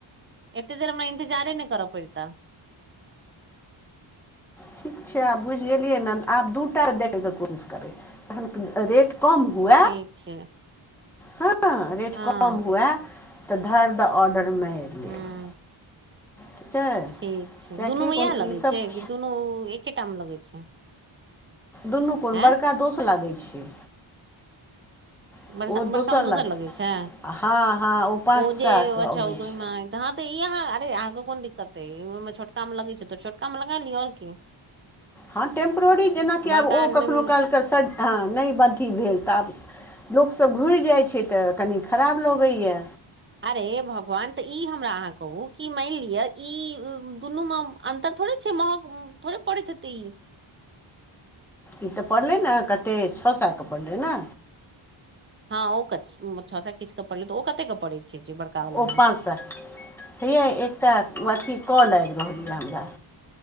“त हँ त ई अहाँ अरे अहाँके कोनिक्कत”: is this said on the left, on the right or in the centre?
Right